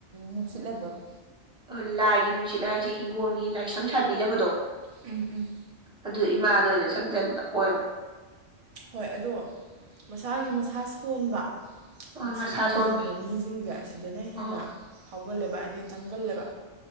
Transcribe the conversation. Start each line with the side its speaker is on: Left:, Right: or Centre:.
Right: ꯅꯨꯡꯁꯤꯠ ꯂꯩꯕ꯭ꯔꯕ
Centre: ꯑꯣ ꯂꯥꯏꯒꯤ ꯅꯨꯡꯁꯤꯠ ꯍꯥꯏꯁꯦ ꯍꯤꯡꯒꯣꯜꯒꯤ ꯂꯥꯏꯁꯪ ꯁꯥꯕꯤꯗꯕꯗꯣ
Right: ꯎꯝ ꯎꯝ
Centre: ꯑꯗꯨ ꯏꯃꯥꯗ ꯑꯣꯏꯅ ꯆꯪꯖꯟꯕ ꯑꯣꯏꯕ
Right: ꯍꯣꯏ ꯑꯗꯣ ꯃꯁꯥꯒꯤ ꯃꯁꯥ ꯁꯣꯟꯕ
Centre: ꯍꯣꯏ
Right: ꯅꯨꯡꯁꯤꯠ
Centre: ꯃꯁꯥ
Right: ꯂꯩꯒꯟꯕ
Centre: ꯁꯣꯟꯕꯩ
Right: ꯃꯤꯁꯤꯡꯁꯦ ꯁꯤꯗꯅ ꯍꯦꯟꯅ
Centre: ꯍꯣꯏ
Right: ꯐꯥꯎꯒꯜꯂꯦꯕ ꯍꯥꯏꯗꯤ ꯆꯪꯒꯜꯂꯦꯕ